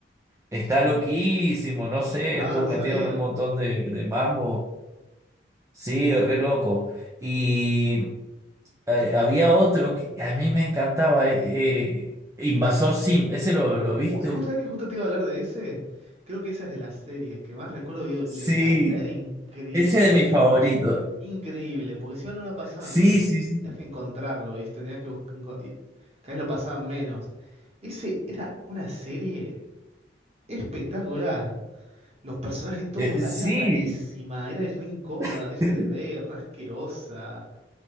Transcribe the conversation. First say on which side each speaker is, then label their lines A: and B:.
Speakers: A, on the right; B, on the right.
A: Está loquísimo, no sé,
B: Ah,
A: estuvo
B: no
A: metido
B: sabía.
A: en un montón de, de mambo. Sí, re loco. Y
B: Eh,
A: eh, había otro que a mí me encantaba, eh, eh, Invasor Sim, ¿ese lo, lo
B: uh,
A: viste?
B: eh, justo que justo te iba a hablar de ese, creo que esa es de las series que más recuerdo, digo,
A: Sí,
B: de calidad era increíble,
A: Ese de mis favoritos.
B: increíble, porque si no, no la pasaban
A: Sí,
B: todo el
A: sí,
B: tiempo,
A: sí.
B: tenías que encontrarlo, ¿viste? Tenías que buscar, enco- y cada vez lo pasaban menos. Ese era una serie espectacular. Los personajes todos,
A: Eh,
B: ra-
A: sí.
B: era rarísima, era re incómoda
A: <laughs>
B: a veces de ver, re asquerosa.